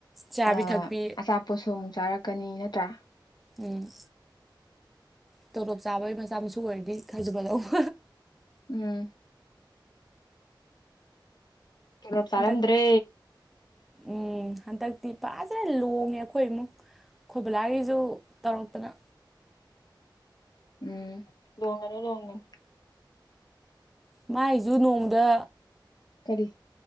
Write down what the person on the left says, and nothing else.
ꯑꯥ
ꯑꯆꯥꯄꯣꯠꯁꯨ ꯑꯃꯨꯛ ꯆꯥꯔꯛꯀꯅꯤ ꯅꯠꯇ꯭ꯔꯥ
ꯎꯝ ꯇꯣꯂꯣꯞ ꯆꯥꯔꯝꯗ꯭ꯔꯦ
ꯎꯝ ꯂꯣꯡꯉꯅꯣ ꯂꯣꯡꯉꯅꯤ
ꯀꯔꯤ